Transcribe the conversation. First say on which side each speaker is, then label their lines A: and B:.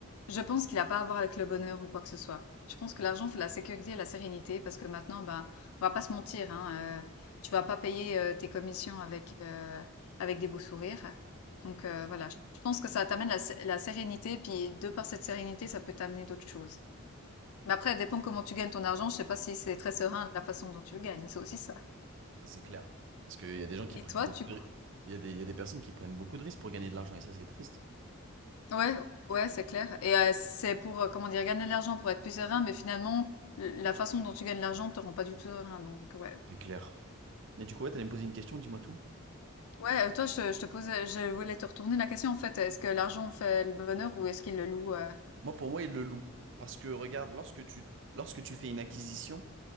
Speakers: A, on the left; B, on the right.
A: Je pense qu'il a pas à voir avec le bonheur ou quoi que ce soit. Je pense que l'argent fait la sécurité et la sérénité parce que maintenant, ben, on va pas se mentir, hein, heu, tu vas pas payer, heu, tes commissions avec, heu, avec des beaux sourires. Donc heu, voilà, je je pense que ça t'amène la sé la sérénité, puis de par cette sérénité, ça peut t'amener d'autres choses. Mais après, ça dépend comment tu gagnes ton argent, je sais pas si c'est très serein la façon dont tu le gagnes, c'est aussi ça.
B: Ça c'est clair. Parce qu'il y a des gens qui
A: Et
B: prennent
A: toi,
B: beaucoup
A: tu
B: de risques. Il y a des, il y a des personnes qui prennent beaucoup de risques pour gagner de l'argent et ça c'est triste.
A: Ouais, ouais, c'est clair. Et euh, c'est pour, euh, comment dire, gagner de l'argent, pour être plus serein, mais finalement, l- la façon dont tu gagnes de l'argent te rend pas du tout serein. Donc, ouais.
B: C'est clair. Mais du coup, ouais, t'allais me poser une question, dis-moi tout.
A: Ouais, euh, toi, je, je te posais, je voulais te retourner la question, en fait. Est-ce que l'argent fait le bonheur ou est-ce qu'il le loue? euh
B: Moi, pour moi, il le loue. Parce que regarde, lorsque tu, lorsque tu fais une acquisition,